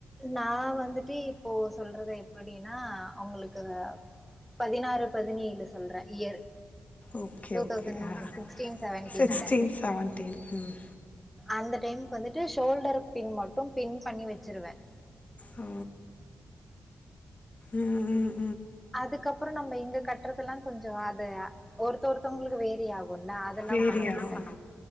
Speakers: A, in the centre; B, on the left (about 35°).
A: நான் வந்துட்டு இப்போ சொல்றத எப்படி னா அவங்களுக்கு பதினாறு பதினேழு சொல்றேன் year
B: okay
A: two
B: okay
A: thousand
B: ஆ
A: சிஸ்ட்டின் செவன்டீன்ல
B: சிக்ஸ்டீன் செவன்டீன் ம்
A: அந்த டைம்கு வந்துட்டு சோல்டர் பின் மட்டும் பின்பண்ணி வச்சிருவேன்
B: ஓ உம் உம்
A: அதுக்கப்புறோ நம்ம இங்க கட்டுறது எல்லா கொஞ்சோ அது ஒருத்த ஒருத்தவங்களுக்கு வேரி ஆகும்ல அதெல்லா
B: வேரி
A: பண்ண மாட்டேன்
B: ஆகும்